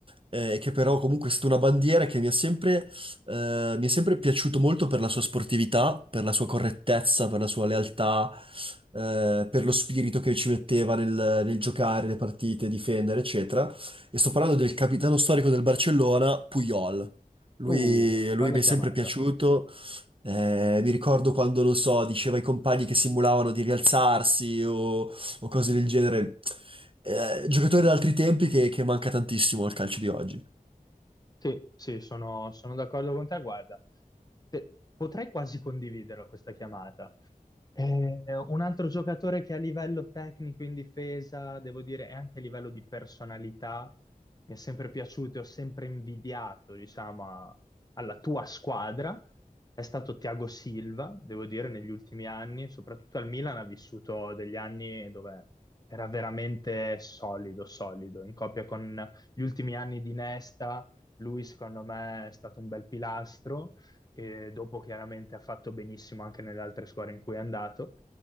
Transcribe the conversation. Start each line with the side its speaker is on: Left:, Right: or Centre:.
Right: eh, che però comunque è stata una bandiera che mi ha sempre, eh, mi è sempre piaciuto molto per la sua sportività, per la sua correttezza, per la sua lealtà, eh, per lo spirito che ci metteva nel, nel giocare le partite, difendere, eccetera. E sto parlando del capitano storico del Barcellona, Puyol. Lui,
Left: Uh, bella
Right: lui mi
Left: chiamata.
Right: è sempre piaciuto. Eh, mi ricordo quando, non so, diceva ai compagni che simulavano di rialzarsi o o cose del genere. Eh, giocatori di altri tempi che, che manca tantissimo al calcio di oggi.
Left: Sì, sì, sono, sono d'accordo con te. Guarda, te- potrei quasi condividerla questa chiamata. Eh, un altro giocatore che a livello tecnico in difesa, devo dire, e anche a livello di personalità, mi è sempre piaciuto e ho sempre invidiato, diciamo, a- alla tua squadra, è stato Thiago Silva, devo dire, negli ultimi anni, soprattutto al Milan ha vissuto degli anni dove era veramente solido, solido, in coppia con gli ultimi anni di Nesta, lui secondo me è stato un bel pilastro e dopo chiaramente ha fatto benissimo anche nelle altre squadre in cui è andato,